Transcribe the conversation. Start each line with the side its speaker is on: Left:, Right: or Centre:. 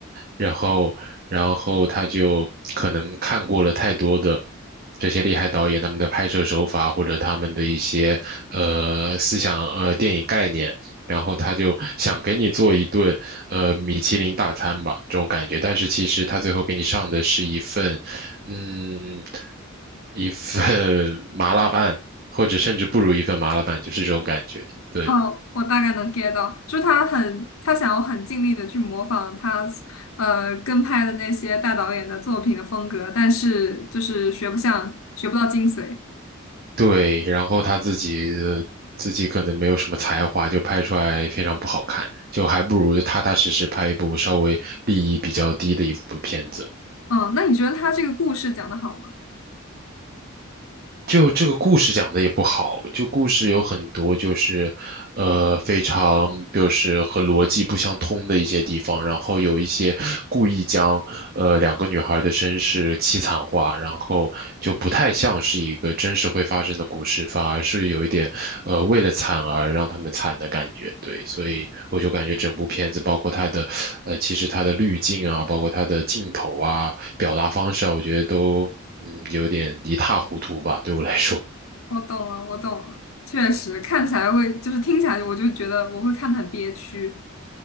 Right: 然后，然后他就可能看过了太多的这些厉害导演他们的拍摄手法，或者他们的一些呃思想呃电影概念。然后他就想给你做一顿呃米其林大餐吧，这种感觉。但是其实他最后给你上的是一份，嗯，一份 <laughs> 麻辣拌，或者甚至不如一份麻辣拌，就是这种感觉。对
Left: 哦，我大概能 get 到，就是他很，他想要很尽力的去模仿他，呃，跟拍的那些大导演的作品的风格，但是就是学不像，学不到精髓。
Right: 对，然后他自己的自己可能没有什么才华，就拍出来非常不好看，就还不如踏踏实实拍一部稍微利益比较低的一部片子。
Left: 嗯，那你觉得他这个故事讲的好吗？
Right: 就这个故事讲的也不好，就故事有很多就是，呃，非常就是和逻辑不相通的一些地方，然后有一些故意将呃两个女孩的身世凄惨化，然后就不太像是一个真实会发生的故事，反而是有一点呃为了惨而让他们惨的感觉，对，所以我就感觉整部片子包括它的呃其实它的滤镜啊，包括它的镜头啊。表达方式啊，我觉得都嗯有点一塌糊涂吧，对我来说。
Left: 我懂了，我懂了，确实看起来会，就是听起来我就觉得我会看得很憋屈。